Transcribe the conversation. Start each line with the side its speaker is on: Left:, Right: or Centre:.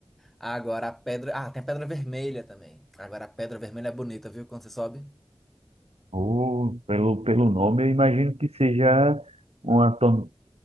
Centre: Agora a pedra. Ah, tem a pedra vermelha também. Agora a pedra vermelha é bonita, viu? Quando você sobe.
Right: oh, pelo, pelo nome, eu imagino que seja uma ton-